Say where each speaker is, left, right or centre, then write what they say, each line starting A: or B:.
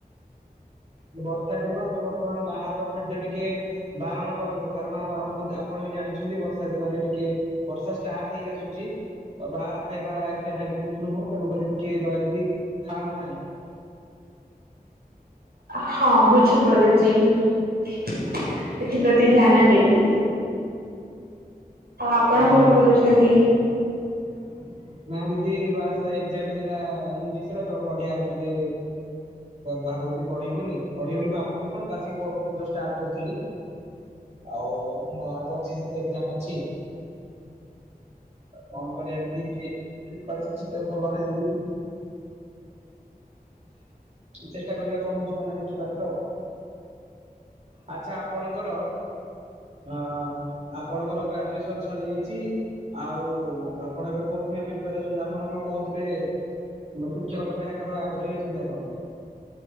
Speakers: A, on the right (about 45°); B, on the right (about 85°).
A: ବର୍ଷା ଦିନ ଏବେ ବର୍ତ୍ତମାନ ବାହାରର ଖାଦ୍ୟ ଟିକେ ବାରଣ କରନ୍ତୁ, କାରଣ ଆପଣ ଆପଣ ଜାଣି ବର୍ଷା ଦିନରେ ଟିକେ ବର୍ଷା ଷ୍ଟାର୍ଟ ହେଇ ଆସୁଛି ତ ବାହାର ଖାଇବା ଏତେ ହାଇଜେନିକ ନୁହଁ ତେଣୁ କରି ଟିକେ ଦହକ ଖାଆନ୍ତୁ ନାହିଁ। <inaudible>
B: ହଁ ବୁଝିପାରୁଛି ଏଥିପତି ଧ୍ୟାନ ଦେବି। ଆଉ ଆପଣ
A: ଆଜ୍ଞା
B: କଣ
A: ଦିଦି।
B: କରୁଛନ୍ତି?
A: <inaudible> ନା ଦିଦି ବା ଏଜାମ ଥିଲା ୟ ର ତ <unintelligible> ପଢିଆର ଟିକେ ଭାବୁଥିଲି ପଢିବି ବୋଲି, ପଢିବି ବୋଲି ଭାବୁଥିଲି କଣ, ବସିକି ପଢୁଥିଲି, ଷ୍ଟାଟ କରୁଥିଲି ଆଉ ପଚିଶ ଏଜାମ ଅଛି କଣ କରିବା, ଏମତି ଟିକେପ <unintelligible> ସେତ ଭଲରେ ହେଇ ଚେଷ୍ଟା କରିବା କଣ ହଉଛି, କଣ ନାଇଁ ଦେଖିବା ଏଥର ଆଉ ଆଚ୍ଛା, ଆପଣଙ୍କର ଅ ଆପଣଙ୍କର ଗ୍ରାଜୁଏ ସରିଯାଇଛି ଆଉ ଆପଣ ଏବେ କେ <unintelligible> ଆପଣ କଣ କହୁଥିଲେ ଶିକ୍ଷକତା ପାଇଁ ଆଗ୍ରହ, ଆଗ୍ରହୀ ଅଛନ୍ତି ଆପଣ